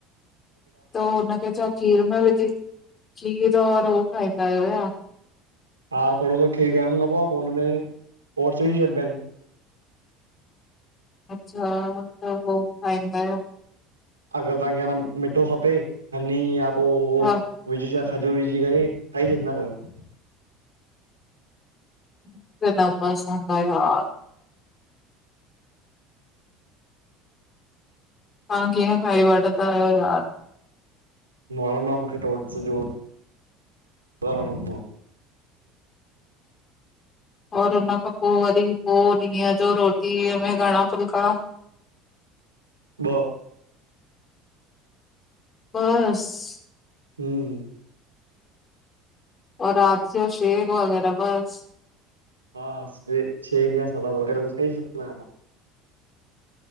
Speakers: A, on the left; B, on the right.
A: त हुनखे छा खीर में विझी खीर और हो खाईंदा आहियो या?
B: हा थोड़ो सो खीर गरम कबो आ, पोइ हुन में ओर्ट्स विझी छॾिबा आहिन।
A: अच्छा त हो खाईंदा आहियो।
B: अगर तांखे अञां मिठो खपे त हनी या पो उह
A: मूंखे
B: पिस्ता खजूर विझी करे खाई छॾंदा कयो।
A: मुखे न पसंद आ यार। तव्हां कीअं खाई वठदा आयो यार?
B: <unintelligible> न मूंखे टोट्स जो। <unintelligible>
A: और हुनन खां पो वरी पो ॾींहं जो रोटीअ में घणा फुल्का?
B: ॿ।
A: बस?
B: हूं।
A: औ रात जो जो शेक वग़ैर बस।
B: हा शे शेक या सलाद वगैरा कुझ खाई छडंदो आयां मां।